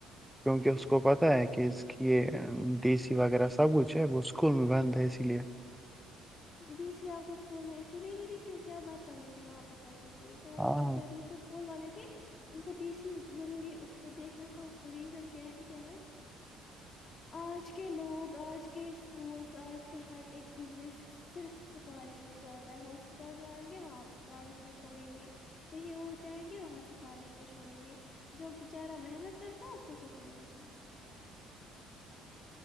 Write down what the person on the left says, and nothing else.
ڈی سی آپ کو اسکول میں اسی لیے ملی کیوںکہ آپ بت تمیزی وہاں پہ کرتے تھھی تو
جو دوسرے اسکول والے تھ تھے ان کو ڈی سی ضروری اس کو دیکھنا تھا اس کو ریزن کیا کیا ہے آج کے لوگ آج کے اسکولس آج کے ہر ایک بزنس صرف سفارش پہ چلتا ہے ہاسپٹل جائیں گے وہاں سفارش پہ چھوڑیں گے کہیں اور جائیں گے وہاں سفارش پہ چھوڑیں گے جو بچارا محنت کرتا ہے اس کو کچھ نہیں ہوتا